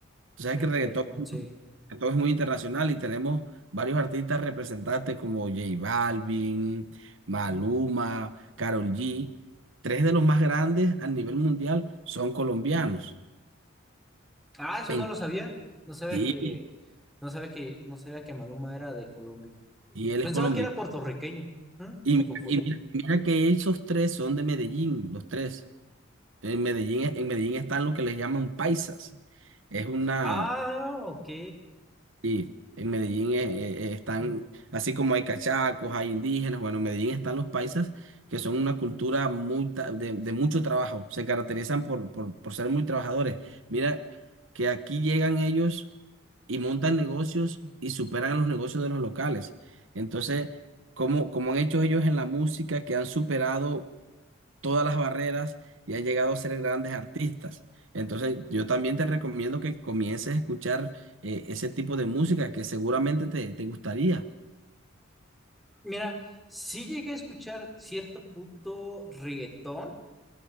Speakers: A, on the right; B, in the centre.
A: Tú sabes
B: el
A: que el reggaetón
B: reggaetón, sí.
A: que todo es muy internacional y tenemos varios artistas representantes como J Balvin, Maluma, Karol G. Tres de los más grandes a nivel mundial son colombianos.
B: Ah, eso
A: En-
B: no lo sabía. No sabía
A: sí,
B: que, no sabía que, no sabía que Maluma era de Colombia.
A: y él
B: Pensaba
A: es colombiano.
B: que era puertorriqueño. Mm,
A: Y,
B: Me
A: mi-
B: confundí.
A: y mira, y mira que esos tres son de Medellín, los tres. En Medellín, en Medellín están lo que les llaman paisas. Es una,
B: Ah, ok.
A: Y en Medellín eh, eh, están, así como hay cachacos, hay indígenas, bueno, en Medellín están los paisas, que son una cultura muy ta- de, de mucho trabajo, se caracterizan por, por, por ser muy trabajadores. Mira que aquí llegan ellos y montan negocios y superan los negocios de los locales. Entonces, como, como han hecho ellos en la música, que han superado todas las barreras y han llegado a ser grandes artistas. Entonces, yo también te recomiendo que comiences a escuchar eh, ese tipo de música que seguramente te, te gustaría.
B: Mira, sí llegué a escuchar cierto punto reggaetón,